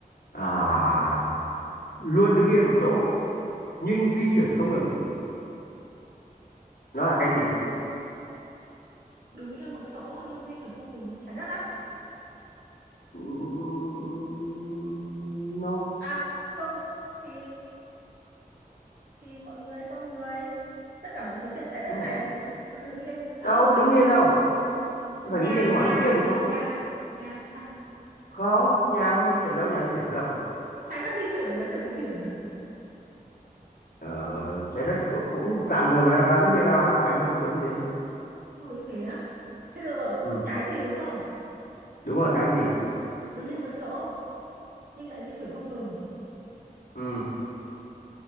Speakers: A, on the left; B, on the right.
A: à luôn đứng yên một chỗ nhưng di chuyển không ngừng nó là cái gì
B: Đứng yên một chỗ nhưng di chuyển không ngừng. Trái đất á?
A: Ừm, nó
B: À, không. Thì thì mọi người, con người, tất cả mọi thứ trên trái đất
A: no
B: này vẫn đứng yên. À
A: đâu
B: không.
A: đứng yên đâu Nó
B: nhà
A: phải đứng yên cơ
B: nhà
A: mà đứng yên một chỗ
B: nhà nhà thì sao
A: không nhà nó có di chuyển đâu nhà di chuyển đến đâu
B: trái đất di chuyển nó chả di chuyển nữa
A: ờ, trái đất cũng cũng tạm thời mà đáp án nhiều đáp án của anh nó không giống như thế
B: không giống như thế á thế được rồi
A: ừ,
B: cái gì đúng không
A: đúng là cái gì
B: đứng yên một chỗ nhưng lại di chuyển không ngừng
A: ừ,